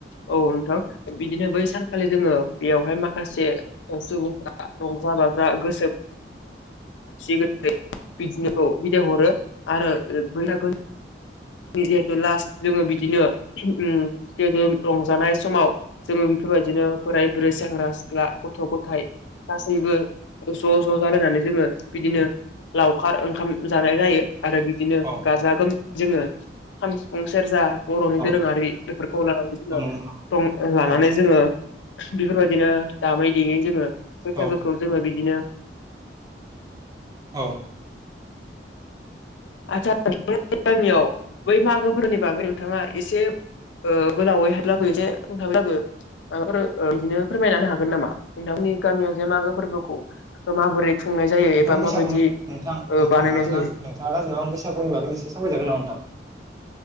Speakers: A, on the left; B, on the right.
A: औ नोंथां बिदिनो बै सानखा जोङो बेयावहाय माखासे सुबुंफोरा रंजा बाजा गोसो खुसि <unintelligible> हरो आरो <unintelligible> जिहेतु लास्ट जोङो बिदिनो जिहेतु रंजानाय समाव जोङो बेफोरबायदिनो बोराय बुरै सेंग्रा सिख्ला गथ' गथ' नाथाय गासैबो ज' ज' लानानै जोङो बिदिनो लखार ओंखाम जानाय जायो आरो बिदिनो
B: औ
A: गाजा गोमजा जोङो खाम सिफुं सेरजा बर'नि दोरोङारि
B: औ
A: बेफोरखौ लानानै जोङो
B: औ नोंथां
A: लानानै
B: औ
A: जोङो बेफोरबायदिनो दामै देयै जोङो बैसागोखौ
B: औ
A: जोङो बिदिनो
B: औ
A: आदसा गामियाव बै मागोफोरनि बागै नोंथाङा एसे गोलावै हायफब्लाबोयो एसे ओंथाबब्लाबो माफोर बिदिनो फोरमायनानै हागोन नामा नोंथांनि गामियाव जे मागो फोरबोखौ माबोरै खुंनाय जायो
B: नोंथां
A: एबा
B: बैसागुनि
A: माबायदि
B: नोंथां नोंथाङा
A: बानायनाय जायो?
B: नोंथाङा बैसागुनि बागैबो एसे सावराय जागोन नामा नोंथां